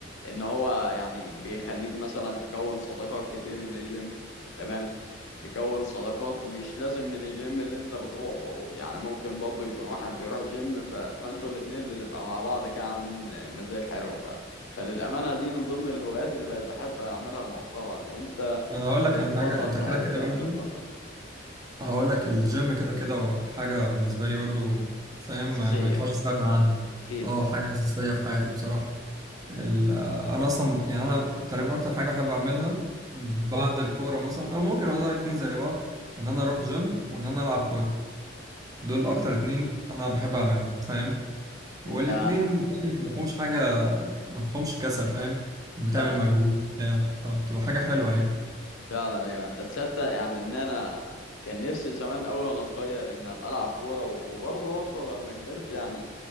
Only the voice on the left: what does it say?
ان هو يعني بيخليك مثلا تكون صداقات كتير من الجيم تمام تكون صداقات مش لازم من الجيم اللي انت بتروحه يعني ممكن برضه يكون واحد بيروح جيم ف... فانتوا الاتنين بتبقى مع بعض كده عاملين مزاج حلو ف... فللأمانة دي من ضمن الهوايات اللي بقت بحب أعملها مؤخرا انت
بتفضل
تحب
تعمل
ايه متأخر
أساسية
أكيد
ان...
انت
فعلا
فعلا ايوه انت تصدق يعني ان انا كان نفسي زمان قوي وانا صغير ان ابقى العب كوره و- وبرضه برضه لما كبرت يعني